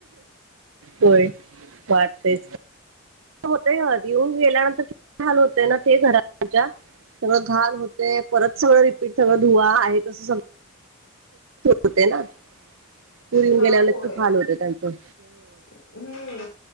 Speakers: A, on the right; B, on the left.
A: होय वाटतेच. होतय. येऊन गेल्यानंतर कीती हाल होतय ना. ते घरच्या सगळं घाल होते. परत सगळं रिपीट सगळं धुवा. आहे तसं सगळ होते ना. पुर येउन
B: हा
A: गेल्यावर
B: होय
A: लइच हाल होत त्यांच.
B: हम्म.